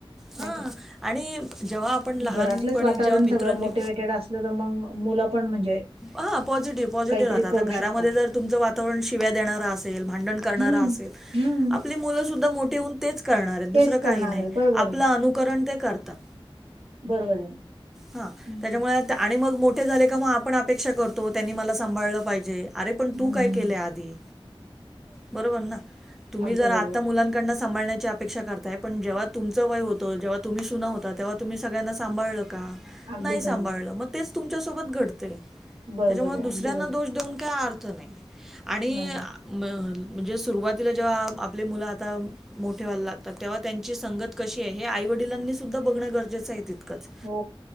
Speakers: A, on the right (about 80°); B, in the centre.
A: नाही
B: हा
A: का?
B: आणि जेव्हा आपण लहानपणी
A: घरातलंच वातावरण
B: जेव्हा मित्र
A: सगळं
B: नि
A: मोटिवेटेड असत. मग मुलं पण म्हणजे
B: हा पॉझिटिव्ह, पॉझिटिव्ह
A: काहीतरी
B: राहत आता
A: करू
B: घरामध्ये
A: शकता
B: जर तुमचं वातावरण शिव्या देणारं असेल भांडण करणारा
A: हम्म
B: असेल.
A: हम्म
B: आपली मुलं सुद्धा मोठे होऊन तेच करणारयेत दुसरं
A: तेच करणार
B: काही नाही
A: आहे बरोबर
B: आपलं
A: आहे
B: अनुकरण ते करतात.
A: बरोबर आहे
B: हा
A: हम्म
B: त्याच्यामुळे आणि मग मोठे झाले का मग आपण अपेक्षा करतो त्यांनी मला सांभाळलं पाहिजे. अरे! पण तू
A: हम्म
B: काय केलंय आधी बरोबर ना तुम्ही
A: अगदी
B: जर आता
A: बरोबर
B: मुलांना सांभाळण्याची अपेक्षा करताय पण जेव्हा तुमचं वय होतं जेव्हा तुम्ही सुना होता तेव्हा तुम्ही सगळ्यांना सांभाळलं का
A: अगदी
B: नाही सांभाळलं
A: खरं आहे
B: मग तेच तुमच्यासोबत घडतय.
A: बरोबर
B: त्याच्यामुळे
A: आहे
B: दुसऱ्यांना
A: अगदी बरोबर
B: दोष देऊन काही अर्थ नाही आणि
A: नाही
B: म म्हणजे सुरुवातीला जेव्हा आपले मुलं आता मोठे व्हायला लागतात तेव्हा त्यांची संगत कशी आहे हे आई वडिलांनी सुद्धा बघणं गरजेचं आहे तितकंच.
A: हो